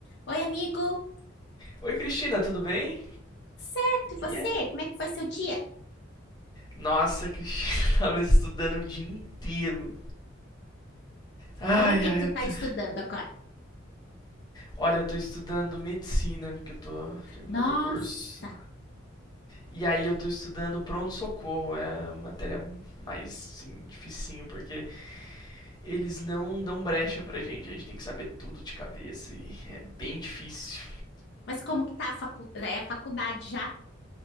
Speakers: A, on the left; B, on the left.
A: Oi, amigo,
B: Oi, Cristina, tudo bem?
A: tudo certo? E você?
B: Ia?
A: Como é que foi seu dia?
B: Nossa, Cristina, <laughs> tava estudando o dia inteiro. Ai,
A: Sobre o que
B: ai,
A: que tu
B: eu tô-
A: tá estudando agora?
B: olha, eu tô estudando medicina, porque eu tô terminando
A: Nossa,
B: o curso. E aí eu tô estudando pronto-socorro, é a matéria mais, assim, dificinho, porque eles não dão brecha pra gente, a gente tem que saber tudo de cabeça e é bem difícil.
A: mas como que tá a faculdade? É a faculdade já?